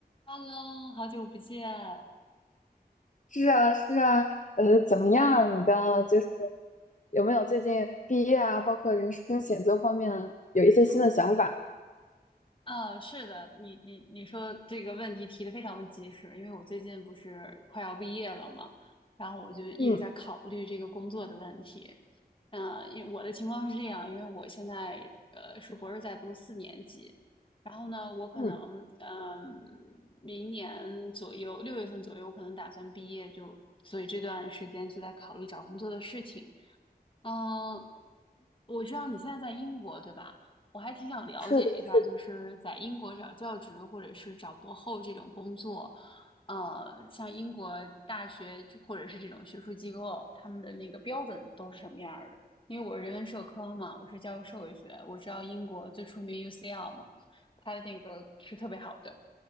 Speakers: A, on the left (about 30°); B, on the left (about 50°).
A: Hello，好久不见。
B: 是啊，是啊，呃，怎么样？
A: 哎呦，
B: 你的就是有没有最近毕业啊，包括人生选择方面有一些新的想法？
A: 啊，是的，你你你说这个问题提的非常的及时，因为我最近不是快要毕业了嘛，然后我就一直在考虑这个工作的问题。
B: 嗯
A: 嗯、因为我的情况是这样，因为我现在呃是博士在读四年级，然后呢，我可能嗯、
B: 嗯，
A: 明年左右六月份左右，我可能打算毕业就，所以这段时间就在考虑找工作的事情。嗯，我知道你现在在英国，对吧？我还挺想了解一下，
B: 是的，是的。
A: 就是在英国找教职或者是找博后这种工作，呃，像英国大学或者是这种学术机构，他们的那个标准都是什么样儿的？因为我是人文社科嘛，我是教社会学，我知道英国最出名 UCL 嘛，它的那个是特别好的，